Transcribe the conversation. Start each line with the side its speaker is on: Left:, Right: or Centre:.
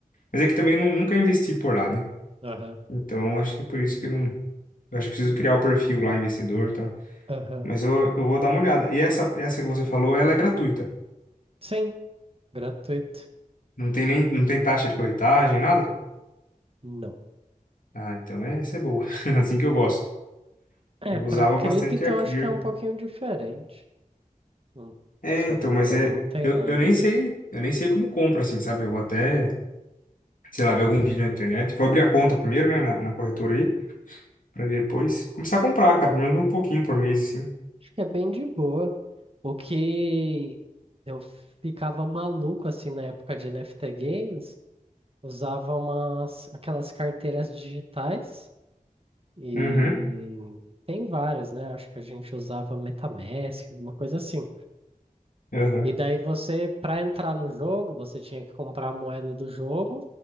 Left: Mas é que também eu nu- nunca investi por lá, né?
Right: Aham,
Left: Então acho que é por isso que eu não. Eu acho que preciso criar o perfil lá, investidor e tal.
Right: aham.
Left: Mas eu, eu vou dar uma olhada. E essa, essa que você falou, ela é gratuita.
Right: Sim, gratuito.
Left: Não tem nem, não tem taxa de corretagem, nada?
Right: Não.
Left: Ah, então é, essa é boa. <laughs> Assim que eu gosto.
Right: É,
Left: Eu
Right: para
Left: usava
Right: cripto
Left: bastante a
Right: eu
Left: Clear.
Right: acho que é um pouquinho diferente. Não-
Left: É,
Right: se
Left: então,
Right: eu não me
Left: mas
Right: engano,
Left: é.
Right: não tem
Left: Eu,
Right: nada.
Left: eu nem sei, eu nem sei como compra, assim, sabe? Eu vou até, sei lá, ver algum vídeo na internet. Vou abrir a conta primeiro, né, na, na corretora aí, pra depois começar a comprar, cara, pelo menos um pouquinho por mês, assim.
Right: Acho que é bem de boa. O que eu ficava maluco assim na época de NFT Games. Usava umas, aquelas carteiras digitais e
Left: Uhum,
Right: tem várias, né? Acho que a gente usava MetaMask, alguma coisa assim.
Left: uhum,
Right: E daí você, para entrar no jogo, você tinha que comprar a moeda do jogo,